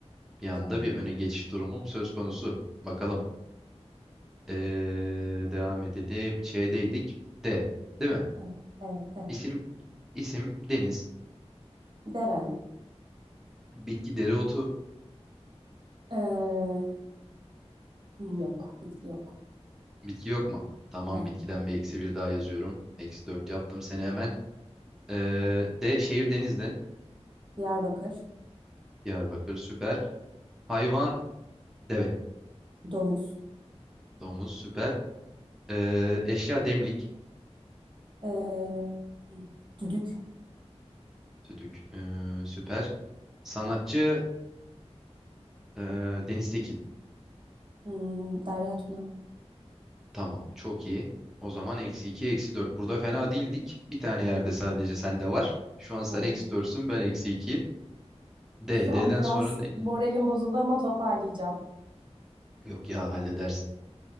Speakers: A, in the centre; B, on the right.
A: Bir anda
B: Tamam.
A: bir öne geçiş durumum söz konusu. Bakalım. Ee, devam edelim. Ç'deydik. D. Değil mi?
B: Evet, evet de.
A: İsim, isim Deniz.
B: Deren.
A: Bitki dereotu.
B: Ee, yok. Bitki yok.
A: Bitki yok mu? Tamam.
B: Hayır
A: Bitkiden
B: yok.
A: bir eksi bir daha yazıyorum. Eksi 4 yaptım seni hemen. Ee, D. Şehir Denizli.
B: Diyarbakır.
A: Diyarbakır. Süper. Hayvan. Deve.
B: Domuz.
A: Domuz. Süper. Ee, eşya demlik.
B: Ee, düdük.
A: Düdük. Ee, süper. Sanatçı. ee, Deniz Tekin.
B: Hmm, Derya Tuna.
A: Tamam. Çok iyi. O zaman eksi 2, eksi 4. Burada fena değildik. Bir tane yerde sadece sende var. Şu an sen
B: Evet.
A: eksi 4'sün, ben eksi 2'yim. D.
B: Şu
A: D'den
B: an biraz
A: sonra ne?
B: moralim bozuldu ama toparlayacağım.
A: Yok ya halledersin.